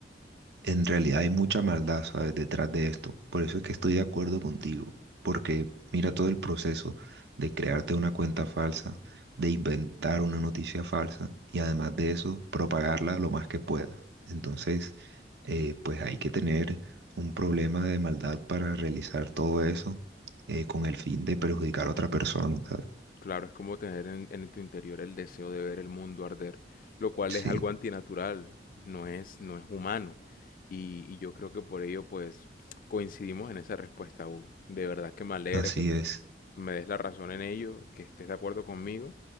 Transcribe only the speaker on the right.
En realidad hay mucha maldad, ¿sabes? detrás de esto. Por eso es que estoy de acuerdo contigo, porque mira todo el proceso de crearte una cuenta falsa, de inventar una noticia falsa y además de eso, propagarla lo más que puedas. Entonces, eh, pues hay que tener un problema de maldad para realizar todo eso eh, con el fin de perjudicar a otra persona, ¿sabes?
Sí,
así
es.